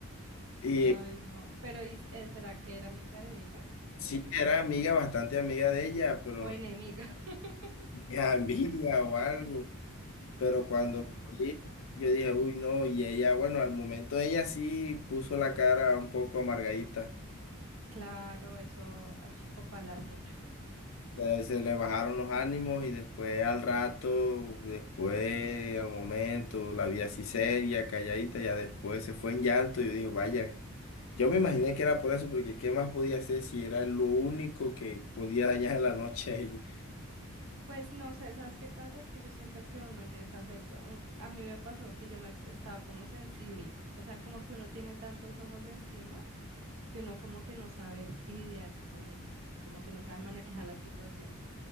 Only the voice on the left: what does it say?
Y
sí,
era amiga, bastante amiga de ella, pero
no
tenía <laughs> envidia o algo. Pero cuando
lo
vi, yo dije, uy, no, y ella, bueno, al momento ella sí puso la cara un poco amargadita.
Ya se le bajaron los ánimos y después al rato, después al momento, la vi así seria, calladita, ya después se fue en llanto. Yo digo, vaya, yo me imaginé que era por eso, porque ¿qué más podía hacer si era lo único que podía dañar la noche a ella?